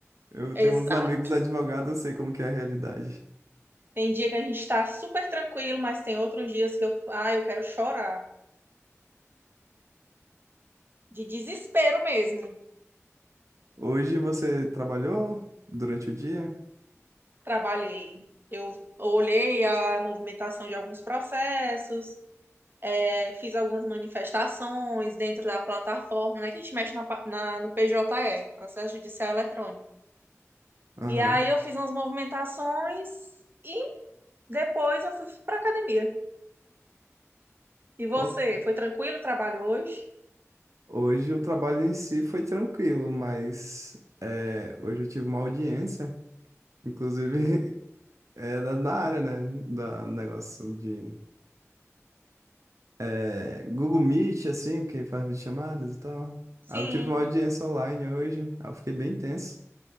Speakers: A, on the right; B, on the right.
A: Eu
B: Exato.
A: tenho uns amigos advogados, eu sei como que é a realidade.
B: Tem dia que a gente está super tranquilo, mas tem outros dias que eu, ah, eu quero chorar, de desespero mesmo.
A: Hoje você trabalhou durante o dia?
B: Trabalhei. Eu olhei a movimentação de alguns processos, é, fiz algumas manifestações dentro da plataforma, né, que a gente mexe na, pa- na- no PJE, Processo Judicial Eletrônico.
A: Aham.
B: E aí eu fiz umas movimentações e depois eu fui pra academia. E você,
A: Ó,
B: foi tranquilo o trabalho hoje?
A: Hoje o trabalho em si foi tranquilo, mas é, hoje eu tive uma audiência, inclusive <laughs> é da, da área, né? Da negócio de é, Google Meet, assim, que faz videochamadas e tal.
B: Sim,
A: Aí eu tive uma audiência online hoje, aí eu fiquei bem tenso,